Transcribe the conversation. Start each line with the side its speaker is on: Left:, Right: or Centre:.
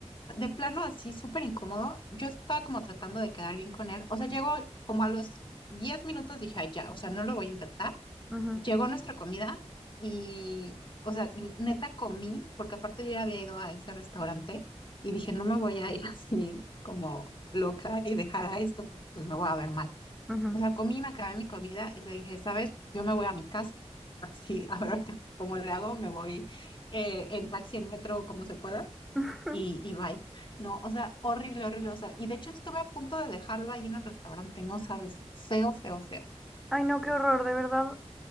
Left: de plano así, súper incómodo, yo estaba como tratando de quedar bien con él, o sea, llegó como a los 10 minutos, dije, ay, ya, o sea, no lo voy a intentar.
Centre: Ujú,
Left: Llegó nuestra comida y, o sea, l- neta comí, porque aparte yo ya había ido a ese restaurante y dije, no me voy a ir <laughs> así como loca y dejar a esto, porque pues me voy a ver mal.
Centre: ujú.
Left: O sea, comí, me acabé mi comida y le dije, ¿sabes? Yo me voy a mi casa. Así, <laughs> ahora ahorita, cómo le hago, me voy eh, en taxi, en metro, como se pueda,
Centre: <laughs>
Left: y, y bye. No, o sea, horrible, horrible. O sea, y de hecho estuve a punto de dejarlo ahí en el restaurante, no sabes, feo, feo, feo.
Centre: Ay, no, qué horror, de verdad.